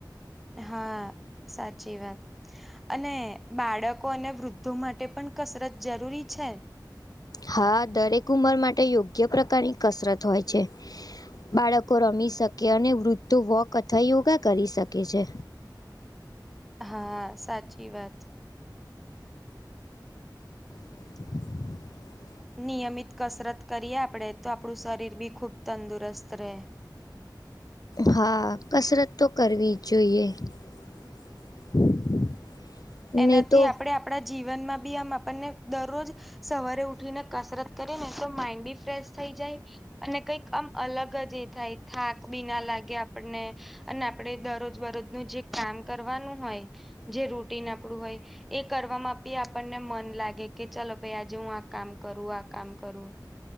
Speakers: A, in the centre; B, on the left.
A: હા સાચી વાત અને બાળકો અને વૃદ્ધો માટે પણ કસરત જરૂરી છે.
B: હા દરેક ઉંમર માટે યોગ્ય પ્રકારની કસરત હોય છે. બાળકો રમી શકે અને વૃદ્ધો વોક અથવા યોગા કરી શકે છે.
A: હા સાચી વાત
B: <inaudible>
A: નિયમિત કસરત કરીએ આપડે તો આપણું શરીર બી ખુબ તંદુરસ્ત રહે.
B: હા કસરત તો કરવી જ જોઈએ. <unintelligible>
A: એનાથી
B: તો
A: આપણે આપણા જીવનમાં બી આમ આપણને દરરોજ સવારે ઉઠીને કસરત કરી ને તો માઈન્ડ બી ફ્રેશ થઈ જાય. અને કંઈક અમ અલગ જ એ થાય થાક બી ના લાગે આપણને અને આપડે દરરોજ બરોજનું જે કામ કરવાનું હોય જે રૂટીન આપણું હોય. એ કરવામાં આપી આપણને મન લાગે કે ચલો ભાઈ આજે હું આ કામ કરું આ કામ કરુ